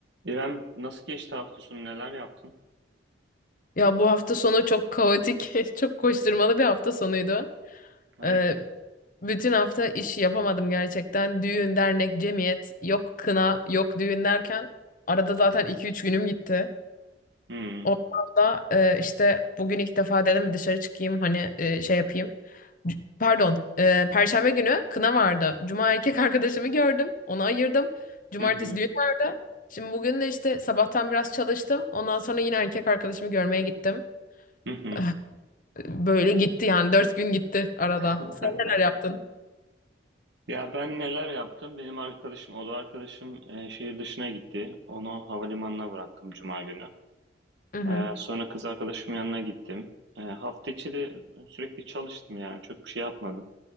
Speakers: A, on the right; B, on the left.
A: İrem nasıl geçti hafta sonu neler yaptın?
B: Ya bu hafta sonu çok kaotik, <laughs> çok koşturmalı bir hafta sonuydu.
A: Hayırdır?
B: Ee, bütün hafta iş yapamadım gerçekten. Düğün, dernek, cemiyet, yok kına, yok düğün derken arada zaten iki üç günüm gitti.
A: Hmm.
B: Oradan da e, işte bugün ilk defa dedim bir dışarı çıkayım hani e, şey yapayım. C- Pardon, e, Perşembe günü kına vardı. Cuma erkek <laughs> arkadaşımı gördüm, onu ayırdım. Cumartesi
A: Hı hı.
B: düğün vardı. Şimdi bugün de işte sabahtan biraz çalıştım. Ondan sonra yine erkek arkadaşımı görmeye gittim.
A: Hı hı.
B: <laughs> Böyle gitti yani dört gün gitti arada.
A: <laughs>
B: Sen neler yaptın?
A: Ya ben neler yaptım? Benim arkadaşım, oda arkadaşım e, şehir dışına gitti. Onu havalimanına bıraktım Cuma günü.
B: Hı hı.
A: E, sonra kız arkadaşımın yanına gittim. E, hafta içi de sürekli çalıştım yani. Çok bir şey yapmadım.